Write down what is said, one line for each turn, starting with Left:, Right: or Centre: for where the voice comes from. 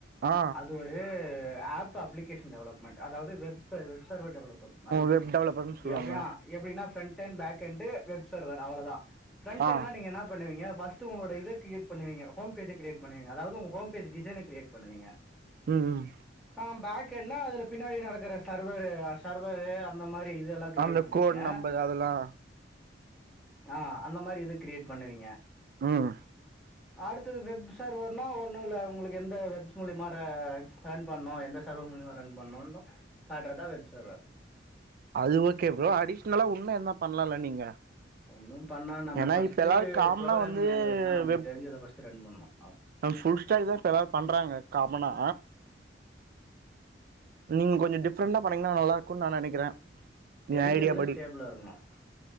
Right: ஆ
Centre: அது ஒரு ஆப் அப்ளிகேஷன் டெவலப்மெண்ட் அதாவது வெப் வெப்ச ஃபார்வர்ட் டெவலப்பர் மாரி
Right: வெப் டெவலப்பர்ன்னு சொல்லுவாங்க
Centre: எப்டியா எப்படினா front and back end web சர் வரும் அவ்வளோ தான் ஃப்ரன்ட்னுனா
Right: ஆ
Centre: நீங்க என்ன பண்ணுவீங்க பஸ்ட்டு உங்களோட இத கிரியேட் பண்ணுவீங்க ஹோம் பேஜ கிரியேட் பண்ணுவீங்க அதாவது உங்களோட ஹோம் பேஜ் டிசைனா கிரியேட் பண்ணுவீங்க
Right: ம் ம்
Centre: ஆ பேக் எல்லாம் அதுல பின்னாடி நடக்க சர்வரு சர்வரு அந்த மாரி இதெல்லா கிரியேட்
Right: அந்த
Centre: பண்ணுவீங்க
Right: கோடு நம்பர் அதெலாம்
Centre: ஆ அந்த மாரி எத கிரியேட் பண்ணுவீங்க
Right: ம்
Centre: அடுத்தது வெப் சர்வர்னா ஒன்னும் இல்ல உங்களுக்கு எந்த வெப்ஸ் மூலிமா ரன் பண்ணும் எந்த சர்வர் மூலிமா ரன் பண்ணும் காட்டுறதான் வெப் சர்வர்
Right: அது ஓக்கே ப்ரோ அடிஷ்னலா ஒன்னு என்ன பண்ணலாம்ல நீங்க
Centre: ஒன்னு பண்ணா நம்ம
Right: ஏன்னா
Centre: ஃபர்ஸ்ட்
Right: இப்ப எல்லாரு காமனா
Centre: ப்ரோகிராமிங்
Right: வந்து
Centre: லாங்வேஜ் நம்மளுக்கு
Right: வெப்
Centre: தெரிஞ்சத பர்ஸ் வெச்சு ரன் பண்ணோம்
Right: ஃபுல் ஸ்டாக் தான் இப்ப எல்லாரும் பண்றாங்க காம்மனா நீங் ககொஞ்சோம் டிப் டிஃபரெண்டா பண்ணீங்கன்னா நல்லா இருக்கும்ன்னு நா நெனைக்கிறேன்
Centre: தெரிஞ்சதில்
Right: ஏன் ஐடியா படி
Centre: ஸ்டேபிளாக இருக்கணும்